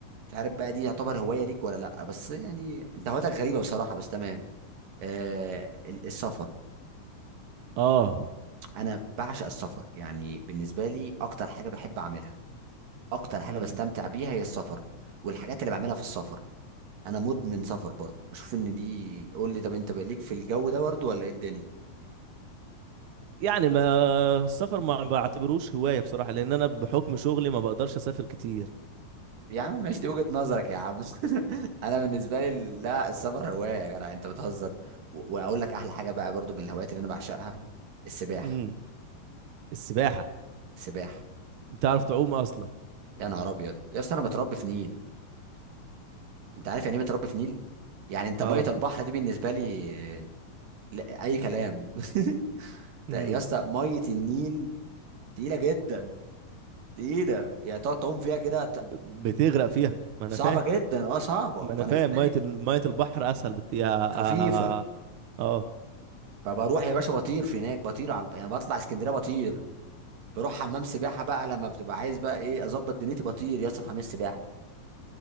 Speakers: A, on the right; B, on the right.
A: مش عارف بقى دي يعتبر هوايه ليك ولا لا بس يعني انت هوايتك غريبه بصراحه بس تمام آه ال- السفر
B: اه
A: انا بعشق السفر يعني بالنسبه لي اكتر حاجه بحب اعملها اكتر حاجه
B: امم
A: بستمتع بيها هي السفر والحاجات اللي بعملها في السفر انا مدمن سفر برضه بشوف ان دي قول لي طب انت بقى ليك في الجو ده برضه ولا ايه الدنيا
B: يعني ما السفر ما بعتبروش هواية بصراحة لأن أنا بحكم شغلي ما بقدرش أسافر كتير
A: يا عم ماشي دي وجهة نظرك يا عم <laughs> انا بالنسبه لي لا السفر هوايه يا جدع انت بتهزر و- واقول لك احلى حاجه بقى برضه من الهوايات اللي انا بعشقها السباحه
B: امم السباحة
A: السباحه
B: بتعرف تعوم أصلا
A: يا نهار ابيض يا اسطى انا متربي في نيل انت عارف يعني ايه متربي في نيل يعني انت
B: اه
A: ميه البحر دي بالنسبه لي لا اي كلام <laughs>
B: امم
A: يا اسطى ميه النيل تقيله جدا تقيله يعني تقعد تعوم فيها كده
B: بتغرق فيها ما
A: صعبه
B: انا فاهم
A: جدا اه صعبه
B: ما انا
A: فانا
B: فاهم
A: بالتالي
B: ميه ال- ميه البحر اسهل بكتير اه,
A: خفيفه
B: آه. آه.
A: فبروح يا باشا بطير في هناك بطير على يعني بطلع اسكندريه بطير بروح حمام سباحه بقى لما بتبقى عايز بقى ايه اظبط دنيتي بطير ياسر حمام سباحه